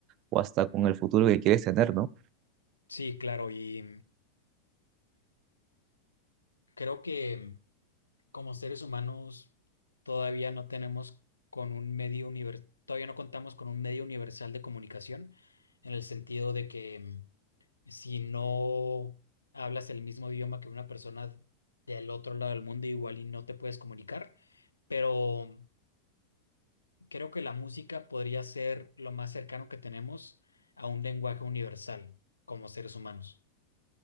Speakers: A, on the right; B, on the left.
A: o hasta con el futuro que quieres tener, ¿no?
B: sí, claro, y creo que como seres humanos todavía no tenemos con un medio univer- todavía no contamos con un medio universal de comunicación, en el sentido de que mm, si no hablas el mismo idioma que una persona del otro lado del mundo, igual y no te puedes comunicar, pero Creo que la música podría ser lo más cercano que tenemos a un lenguaje universal como seres humanos.